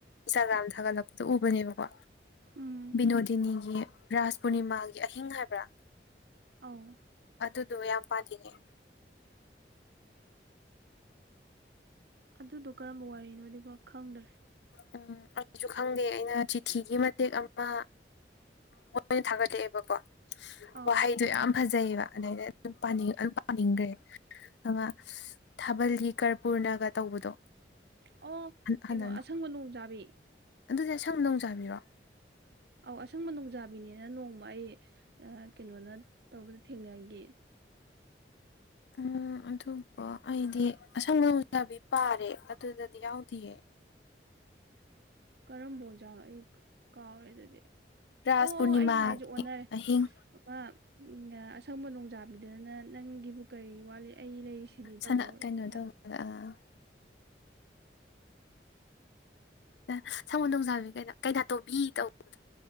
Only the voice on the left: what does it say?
ꯏꯟꯁꯇꯥꯒ꯭ꯔꯥꯝ ꯊꯥꯒꯠꯂꯛꯄꯗ ꯎꯕꯅꯦꯕꯀꯣ
ꯕꯤꯅꯣꯗꯤꯅꯤꯒꯤ ꯔꯥꯁ ꯄꯨꯔꯅꯤꯃꯥꯒꯤ ꯑꯍꯤꯡ ꯍꯥꯏꯕ꯭ꯔꯥ
ꯑꯗꯨꯗꯣ ꯌꯥꯝ ꯄꯥꯅꯤꯡꯉꯦ
ꯎꯝ ꯑꯩꯁꯨ ꯈꯪꯗꯦ ꯑꯩꯅ ꯆꯤꯊꯤꯒꯤ ꯃꯇꯦꯛ ꯑꯃ ꯃꯣꯏꯅ ꯊꯥꯒꯠꯂꯛꯑꯦꯕꯀꯣ
ꯋꯥꯍꯩꯗꯣ ꯌꯥꯝ ꯐꯖꯩꯕ ꯑꯗꯩꯗ ꯑꯗꯨꯝ ꯑꯗꯨꯝ ꯄꯥꯅꯤꯡꯒ꯭ꯔꯦ ꯑꯃ ꯊꯥꯕꯜ ꯀꯔꯄꯨꯔꯅꯒ ꯇꯧꯕꯗꯣ
ꯍꯟꯗꯅ
ꯑꯗꯨꯗꯤ ꯑꯁꯪꯕ ꯅꯣꯡ ꯆꯥꯕꯤꯔꯣ
ꯎꯝ ꯑꯗꯨꯕꯨ ꯑꯩꯗꯤ ꯑꯁꯪꯕ ꯅ‌ꯣꯡꯆꯥꯕꯤ ꯄꯥꯔꯦ ꯑꯗꯨꯗꯗꯤ ꯌꯥꯎꯗꯤꯌꯦ
ꯔꯥꯁ
ꯄꯨꯔꯅꯤꯃꯥꯒꯤ
ꯑꯍꯤꯡ
ꯁꯅ ꯀꯩꯅꯣ
ꯑ ꯑꯁꯪꯕꯅ‌ꯣꯡꯖꯥꯕꯤ ꯀꯩꯗ ꯀꯩꯅꯥꯇꯣꯝꯕꯤ ꯇꯧꯕꯗꯣ